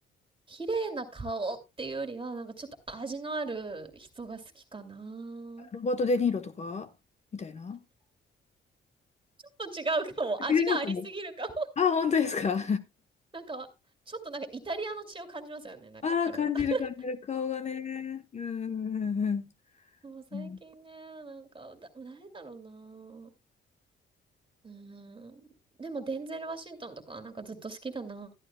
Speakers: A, on the right; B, on the left.
A: 綺麗な顔っていうよりは、なんかちょっと味のある人が好きかな。
B: ロバート・デ・ニーロとかみたいな。
A: ちょっと違うかも。
B: いますね。
A: 味がありすぎるかも。
B: ああ、本当ですか
A: なんか、ちょっとなんかイタリアの血を感じますよね、なんか彼は。
B: あ <laughs> あー、感じる感じる。
A: <laughs>
B: 顔がね。うんうんうんうん。
A: もう最近ね、
B: うん
A: なんか、だ、誰だろうな。うーん。でも、デンゼル・ワシントンとかはなんかずっと好きだな。